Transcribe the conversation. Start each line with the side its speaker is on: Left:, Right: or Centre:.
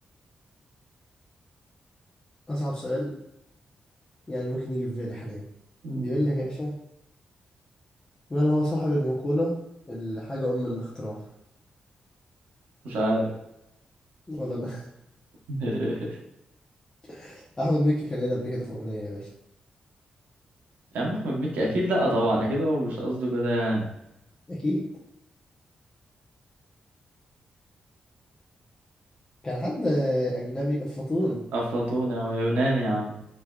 Left: أصعب سؤال يعني ممكن يجي في بالي حاليا
Right: مم.
Left: بيقول لك يا باشا من هو صاحب المقولة الحاجة أم الاختراع
Right: مش عارف
Left: ولا أنا
Right: <laughs>
Left: <laughs> أحمد مكي كان قايلها قبل كده في أغنية يا باشا
Right: يا عم احمد مكي اكيد لا طبعا اكيد هو مش قصده كده يعني
Left: أكيد كان حد أجنبي أفلاطون
Right: افلاطوني او يوناني يا عم